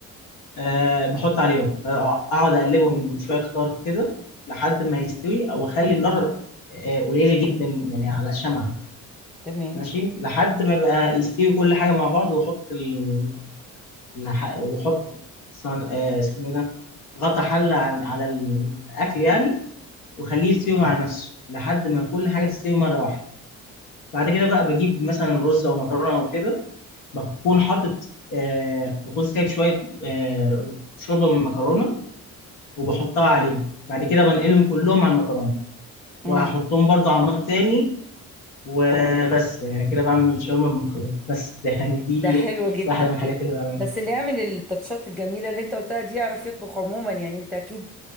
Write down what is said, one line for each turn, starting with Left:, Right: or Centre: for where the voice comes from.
Left: آه بحط عليهم اقعد اقلبهم شوية كتار كده لحد ما يستوي او اخلي النار آه قليلة جدا يعني على شمعة
Centre: تمام
Left: ماشي لحد ما بقى يستوي كل حاجة مع بعض وأحط ال... الح- وأحط صن... آه، اسمه إيه ده غطا حلة عن- على الأكل يعني وخليه يستوي مع نفسه لحد ما كل حاجة تستوي مرة واحدة بعد كده بقى بجيب مثلا رز أو مكرونة أو كده بكون حاطط آه بكون سايب شوية آه شوربة من المكرونة وبحطها عليهم بعد كده بنقلهم كلهم على المكرونة وهحطهم
Centre: امم
Left: برضو على النار تاني وبس يعني انا كده بعمل الشاورما بالمكرونه بس ده يعني دي
Centre: ده حلوة جدا
Left: واحده من الحاجات اللي بعملها
Centre: بس اللي يعمل التاتشات الجميلة اللي انت قلتها دي يعرف يطبخ عموما يعني انت اكيد